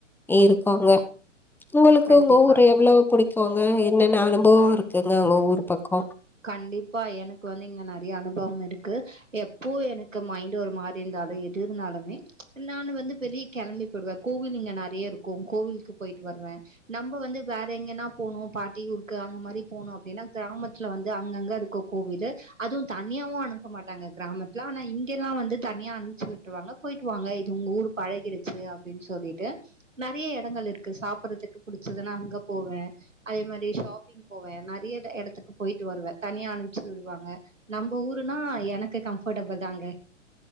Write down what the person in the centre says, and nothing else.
இருக்குங்க உங்களுக்கு
உங்க ஊரு எவ்ளோ புடி போங்க என்னென்ன அனுபவோ இருக்குங்க உங்க ஊர் பக்கோ